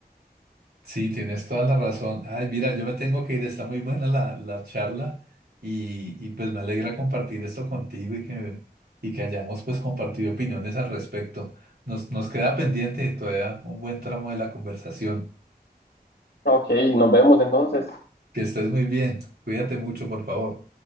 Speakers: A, on the right (about 75°); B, on the left (about 80°).
A: Sí, tienes toda la razón. Ay, mira, yo me tengo que ir, está muy buena la, la charla y, y pues me alegra compartir esto contigo y que, y que hayamos pues compartido opiniones al respecto. Nos, nos queda pendiente todavía un buen tramo de la conversación.
B: Ok, nos vemos entonces.
A: Que estés muy bien. Cuídate mucho, por favor.